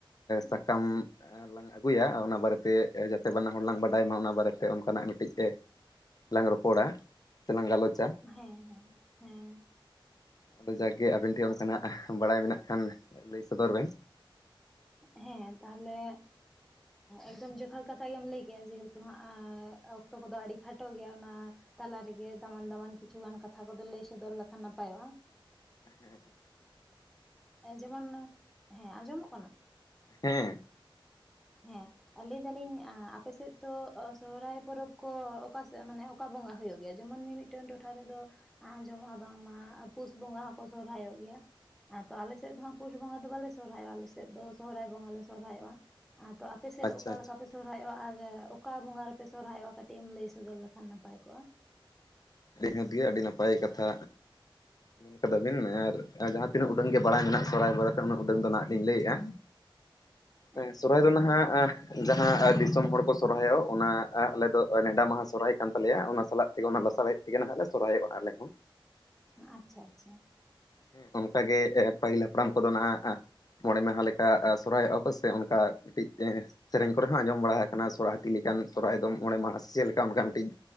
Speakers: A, on the left; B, in the centre.
A: ᱥᱟᱠᱟᱢ ᱞᱟᱝ ᱟᱹᱜᱩᱭᱟ ᱚᱱᱟ ᱵᱟᱨᱮᱛᱮ ᱡᱟᱛᱮ ᱵᱟᱱᱟ ᱦᱚᱲ ᱞᱟᱝ ᱵᱟᱰᱟᱭ ᱢᱟ ᱚᱱᱟ ᱵᱟᱨᱮᱛᱮ ᱚᱱᱠᱟᱱᱟᱜ ᱢᱤᱫᱴᱤᱡ ᱮ ᱞᱟᱝ ᱨᱚᱯᱚᱲᱟ ᱥᱮ ᱞᱟᱝ ᱜᱟᱞᱚᱪ
B: ᱦᱮᱸ ᱦᱮᱸ ᱦᱮᱸ
A: ᱟᱫᱚ ᱡᱟᱜ-ᱜᱮ ᱟᱵᱮᱱ ᱴᱷᱮᱜ ᱚᱱᱠᱟᱱᱟᱜ ᱵᱟᱲᱟᱭ ᱢᱮᱱᱟᱜ ᱠᱷᱟᱱ ᱞᱟᱹᱭ ᱥᱚᱫᱚᱨ ᱵᱮᱱ
B: ᱦᱮᱸ ᱛᱟᱦᱞᱮ ᱮᱠᱫᱚᱢ ᱡᱚᱛᱷᱟᱛ ᱠᱟᱛᱷᱟ ᱜᱮᱢ ᱞᱟᱹᱭ ᱠᱮ-ᱟ ᱡᱮᱦᱩᱛᱩ ᱦᱟᱸᱜ ᱚᱠᱛᱚ ᱠᱚᱫᱚ ᱟᱹᱰᱤ ᱠᱷᱟᱴᱚ ᱜᱮᱭᱟ ᱱᱟ ᱛᱟᱞᱟ ᱨᱮᱜᱮ ᱫᱟᱢᱟᱱ ᱫᱟᱢᱟᱱ ᱠᱤᱪᱷᱩᱜᱟᱱ ᱠᱟᱛᱷᱟ ᱠᱚᱫᱚ ᱞᱟᱹᱭ ᱥᱚᱫᱚᱨ ᱞᱮᱠᱷᱟᱱ ᱱᱟᱯᱟᱭᱚᱜ-ᱟ᱾
A: ᱮ ᱦᱮᱸ
B: ᱡᱮᱢᱚᱱ ᱦᱮᱸ ᱟᱸᱡᱚᱢᱚᱜ ᱠᱟᱱᱟ?
A: ᱦᱮᱸ
B: ᱦᱮᱸ ᱟ ᱞᱟᱹᱭ ᱫᱟᱞᱤᱧ ᱟᱯᱮᱥᱮᱫ ᱛᱚ ᱥᱚᱦᱨᱟᱭ ᱯᱚᱨᱚᱵᱽ ᱠᱚ ᱚᱠᱟᱥᱮᱫ ᱢᱟᱱᱮ ᱚᱠᱟ ᱵᱚᱸᱜᱟ ᱦᱩᱭᱩᱜ ᱜᱮᱭᱟ ᱡᱮᱢᱚᱱ ᱢᱤᱻᱢᱤᱫ ᱴᱟᱹᱱ ᱴᱚᱴᱷᱟ ᱨᱮᱫᱚ ᱟᱸᱡᱚᱢᱚᱜ-ᱟ ᱵᱟᱝᱢᱟ ᱯᱩᱥ ᱵᱚᱸᱜᱟ ᱦᱚᱸᱠᱚ ᱥᱚᱨᱦᱟᱭᱚᱜ ᱜᱮᱭᱟ᱾ ᱛᱚ ᱟᱞᱮ ᱥᱮᱜ ᱫᱚ ᱦᱟᱸᱜ ᱯᱩᱥ ᱵᱚᱸᱜᱟ ᱫᱚ ᱵᱟᱞᱮ ᱥᱚᱦᱨᱟᱭᱚᱜ ᱟᱞᱮᱥᱮᱫ ᱫᱚ ᱥᱚᱦᱨᱟᱭ ᱵᱚᱸᱜᱟ ᱞᱮ ᱥᱚᱨᱦᱟᱭᱚᱜ-ᱟ᱾ ᱟ ᱛᱚ ᱟᱯᱮᱥᱮᱫ
A: ᱟᱪᱪᱷᱟ
B: ᱚᱠᱟ
A: ᱟᱪᱪᱷᱟ
B: ᱞᱮᱠᱟ ᱯᱮ ᱥᱚᱦᱨᱟᱭᱚᱜ-ᱟ ᱟᱜᱮ ᱚᱠᱟ ᱵᱚᱸᱜᱟ ᱨᱮᱯᱮ ᱥᱚᱨᱦᱟᱭᱚᱜ-ᱟ ᱠᱟᱹᱴᱤᱜ ᱮᱢ ᱞᱟᱹᱭ ᱥᱚᱫᱚᱨ ᱞᱮᱠᱷᱟᱱ ᱱᱟᱯᱟᱭ ᱠᱚᱜ-ᱟ
A: ᱟᱞᱤᱧ ᱦᱚᱸ ᱫᱤᱭᱮ ᱟᱹᱰᱤ ᱱᱟᱯᱟᱭ ᱠᱟᱛᱷᱟ ᱢᱮᱱ ᱠᱟᱫᱟ ᱵᱤᱱ ᱟᱨ ᱡᱟᱦᱟᱸ ᱛᱤᱱᱟᱹᱜ ᱩᱰᱟᱹᱝ ᱜᱮ ᱵᱟᱲᱟᱭ ᱢᱮᱱᱟᱜ ᱥᱚᱨᱟᱭ ᱵᱟᱨᱮᱛᱮ ᱩᱱᱟᱹᱜ ᱩᱰᱟᱹᱝ ᱫᱚ ᱱᱟᱜ ᱞᱤᱧ ᱞᱟᱹᱭᱮᱜ-ᱟ
B: <inaudible>
A: ᱦᱮᱸ ᱥᱚᱨᱦᱟᱭ ᱫᱚ ᱱᱟᱦᱟᱜ ᱡᱟᱦᱟᱸ ᱫᱤᱥᱚᱢ ᱦᱚᱲ ᱠᱚ ᱥᱚᱨᱦᱟᱭᱚᱜ ᱚᱱᱟ ᱟᱞᱮ ᱫᱚ ᱱᱮᱰᱟ ᱢᱟᱦᱟ ᱥᱚᱨᱦᱟᱭ ᱠᱟᱱ ᱛᱟᱞᱮᱭᱟ ᱚᱱᱟ ᱥᱟᱞᱟᱜ ᱛᱮᱜᱮ ᱚᱱᱟ ᱞᱟᱥᱟᱨᱦᱮᱫ ᱛᱮᱜᱮ ᱱᱟᱦᱟᱜ ᱞᱮ ᱥᱚᱨᱦᱟᱭᱚᱜ-ᱟ ᱟᱞᱮ ᱦᱚᱸ᱾
B: ᱟᱪᱪᱷᱟ ᱟᱪᱪᱷᱟ
A: ᱦᱮᱸ ᱚᱱᱠᱟᱜᱮ ᱯᱟᱹᱦᱤᱞ ᱦᱟᱯᱲᱟᱢ ᱠᱚᱫᱚ ᱱᱟᱦᱟᱜ ᱢᱚᱬᱮ ᱢᱟᱦᱟ ᱞᱮᱠᱟ ᱥᱚᱨᱦᱟᱭᱚᱜ-ᱟ ᱠᱚ ᱥᱮ ᱚᱱᱠᱟ ᱢᱤᱫᱴᱤᱡ ᱥᱮᱨᱮᱧ ᱠᱚᱨᱮ ᱦᱚᱸ ᱟᱸᱡᱚᱢ ᱵᱟᱲᱟ ᱟᱠᱟᱱᱟ ᱥᱚᱨᱦᱟᱭ ᱦᱟᱹᱛᱤ ᱞᱮᱠᱟᱱ ᱥᱚᱨᱦᱟᱭ ᱫᱚ ᱢᱚᱬᱮ ᱢᱟᱦᱟ ᱥᱮ ᱪᱮᱫ ᱞᱮᱠᱟ ᱚᱱᱠᱟ ᱢᱤᱫᱴᱤᱡ